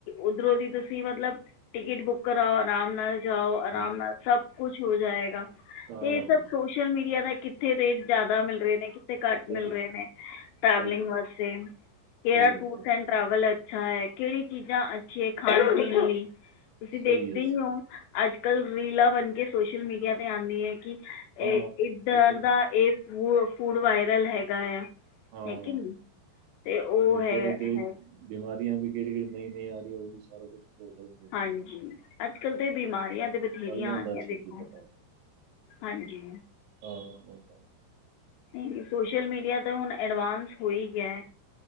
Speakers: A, on the left (about 80°); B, on the right (about 75°).
A: ਉਧਰੋਂ ਦੀ ਤੁਸੀਂ ਮਤਲਬ ਟਿਕਟ ਬੁੱਕ ਕਰਾਓ, ਆਰਾਮ ਨਾਲ। ਜਾਓ,
B: ਦੇਖਣਾ
A: ਆਰਾਮ ਨਾਲ ਸਭ ਕੁਛ ਹੋ ਜਾਏਗਾ। ਅਤੇ
B: ਸਾਰਾ
A: ਇਹ ਸਭ
B: ਕੁਛ
A: ਸੋਸ਼ਲ ਮੀਡੀਆ ਦਾ ਕਿੱਥੇ ਰੇਟ ਜਿਆਦਾ ਮਿਲ ਰਹੇ ਨੇ, ਕਿ ਥੇ
B: ਸਹੀ
A: ਘੱਟ ਮਿਲ ਰਹੇ ਨੇ ਟ੍ਰੇਵਲਿੰਗ
B: ਸਹੀ
A: ਵਾਸਤੇ, ਕਿਹੜਾ
B: ਸਹੀ ਹੈ
A: ਟੂਰਸ ਐਂਡ ਟੈਵਲ ਐ ਅੱਛਾ, ਹੈ ਕਿਹੜੀ ਚੀਜ਼ਾਂ ਅੱਛੀਆਂ ਖਾਣ-ਪੀਣ ਲਈ,
B: ਸਹੀ
A: ਤੁਸੀਂ ਦੇਖਦੇ
B: ਹੈ ਸਹੀ
A: ਈ ਓ
B: ਹੈ
A: ਅੱਜ-ਕੱਲ੍ਹ ਰੀਲਾਂ ਬਣ ਕੇ ਸੋਸ਼ਲ ਮੀਡੀਆ 'ਤੇ ਆਂਦੀਆ
B: ਹਾਂ
A: ਐ
B: ਉਹ
A: ਇਧਰ
B: ਵੀ
A: ਦਾ ਇਹ ਫੂਡ-ਫੂਡ ਵਾਇਰਲ ਹੈਗਾ ਆ।
B: ਹਾਂ
A: ਹੈ ਕਿ ਨਹੀਂ ਅਤੇ ਉਹ
B: ਹੋਰ
A: ਹੈ
B: ਕਿਹੜੀ-ਕਿਹੜੀ
A: ਹੈ
B: ਬਿਮਾਰੀਆਂ ਆਂਦੀ ਕਿਹੜੀ-ਕਿਹੜੀ ਨਹੀਂ ਨਹੀਂ ਆ ਰਹੀ ਉਹ ਵੀ ਸਾਰਾ ਕੁਛ ਪ੍ਰੋਫੈਸਰ ਬੜੇ
A: ਹਾਂਜੀ, ਅੱਜ-ਕੱਲ੍ਹ ਤੇ ਬਿਮਾਰੀਆਂ ਦੇ ਵੀ ਜੇਰੀਆਂ
B: ਚੱਲ ਜਾਂਦਾ
A: ਆਣ ਗਇਆ
B: ਹੈ ਛੇਤੀ
A: ਦੇਖੋ,
B: ਪਤਾ ਉਹ ਤਾਂ
A: ਹਾਂਜੀ।
B: ਹਾਂ ਓਤਾਂ ਹੈ।
A: ਨਹੀਂ ਸੋਸ਼ਲ ਮੀਡੀਆ ਤਾਂ ਹੁਣ ਅਡਵਾਂਸ ਹੋ ਹੀ ਗਿਆਂ ਏ